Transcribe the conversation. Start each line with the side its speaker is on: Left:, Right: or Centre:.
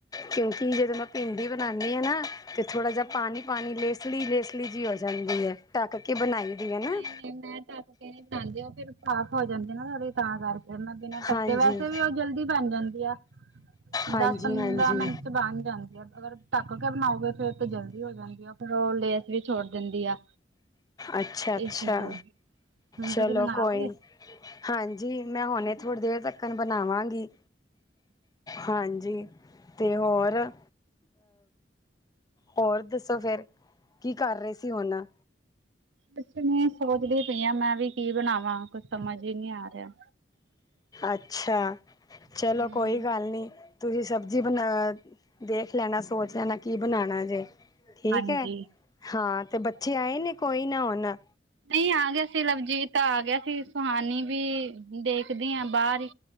Left: ਕਿਉਂਕਿ ਜਦੋਂ ਮੈਂ ਭਿੰਡੀ ਬਨਾਨੀ ਆ ਨਾ ਤੇ ਥੋੜਾ ਜਿਹਾ ਪਾਨੀ-ਪਾਨੀ, ਲੇਸਲੀ-ਲੇਸਲੀ ਜੀ ਹੋ ਜਾਂਦੀ ਏ, ਢੱਕ ਕੇ ਬਣਾਈ ਦੀ ਹੈ ਨਾ
Right: ਨ‌ਈ- ਨ‌ਈ। ਮੈਂ ਟੱਕ ਕੇ ਨੀ ਬਨਾਦੀ, ਉਹ ਫੇਰ ਸਾਫ਼ ਹੋ ਜਾਂਦੇ ਤਾਂ ਕਰਕੇ ਤੇ ਮੈਂ ਬਿਨਾਂ ਪੱਕੇ
Left: ਹਾਂਜੀ
Right: ਵੈਸੇ ਵੀ ਓ ਜਲਦੀ ਬਨ ਜਾਂਦੀ ਏ।
Left: ਹਾਂਜੀ
Right: ਦਸ, ਪੰਦਰਾਂ
Left: ਹਾਂਜੀ
Right: ਮਿੰਟ ਚ ਬਣ ਜਾਂਦੀ ਏ। ਅਗਰ ਟਕ ਕੇ ਬਨਾਓਗੇ ਤੇ ਫੇਰ ਜਲਦੀ ਹੋ ਜਾਂਦੀ ਆ, ਫੇਰ ਓ ਲੇਸ ਵੀ ਛੋੜ ਦਿੰਦੀ ਆ।
Left: ਅੱਛਾ-ਅੱਛਾ।
Right: ਇਸ ਲਈ ਹੁਣ
Left: ਚਲੋ,
Right: ਤੁਸੀਂ ਬਣਾਓਗੇ?
Left: ਕੋਈ ਨੀ ਹਾਂਜੀ, ਮੈਂ ਹੁਨੇ ਥੋੜ੍ਹੀ ਦੇਰ ਤੱਕਰ ਬਨਾਵਾਂਗੀ। ਹਾਂਜੀ, ਤੇ ਹੋਰ ਅ ਹੋਰ ਦੱਸੋ, ਫੇਰ ਕੀ ਕਰ ਰਹੇ ਸੀ? ਹੁਨ
Right: ਕੁਛ ਨੀ ਸੋਚਦੀ ਪਈ ਆ, ਮੈਂ ਵੀ ਕੀ ਬਨਾਵਾਂ, ਕੁਛ ਸਮਝ ਈ ਨੀ ਆ ਰਿਹਾ।
Left: ਅੱਛਾ। ਚਲੋ,
Right: ਹੂੰ
Left: ਕੋਈ ਗੱਲ ਨੀ। ਤੁਹੀਂ ਸਬਜੀ ਬਨਾ--ਦੇਖ ਲੈਣਾ, ਸੋਚ ਲੈਣਾ ਕੀ ਬਨਾਨਾ ਜੇ। ਠੀਕ
Right: ਹਾਂਜੀ।
Left: ਹੈ। ਹਾਂ, ਤੇ ਬੱਚੇ ਆਏ ਨੇ, ਕੋਈ ਨਾ ਹੁਨ
Right: ਨ‌ਈ, ਆ ਗਿਆ ਸੀ। ਲਵਜੀਤ ਆ ਗਿਆ ਸੀ, ਸੁਹਾਨੀ ਵੀ‌ ਦੇਖਦੀ ਹਾਂ ਬਾਹਰ